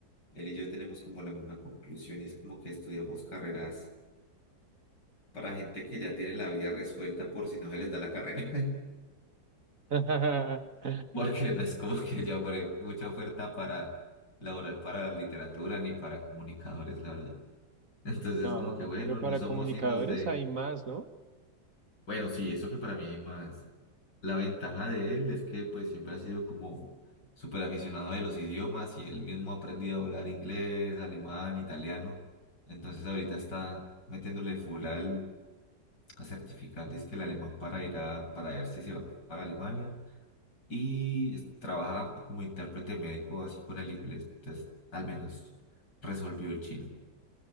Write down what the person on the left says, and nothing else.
él y yo tenemos como la misma conclusión y es como que estudiamos carreras para gente que ya tiene la vida resuelta por si no se les da la carrera.
<laughs> Porque no es como que haya ofre- mucha oferta para laboral para la literatura ni para comunicadores, la verdad. Entonces,
como que bueno,
no somos
hijos de.
Bueno, sí, eso que para mí hay más. La ventaja de él es que pues siempre ha sido como súper aficionado de los idiomas y él mismo ha aprendido a hablar inglés, alemán, italiano. Entonces ahorita está metiéndole full al a certificar dizque el alemán para ir a, para ver si se va para Alemania. Y es- trabaja como intérprete médico así con el inglés. Entonces, al menos resolvió el chino.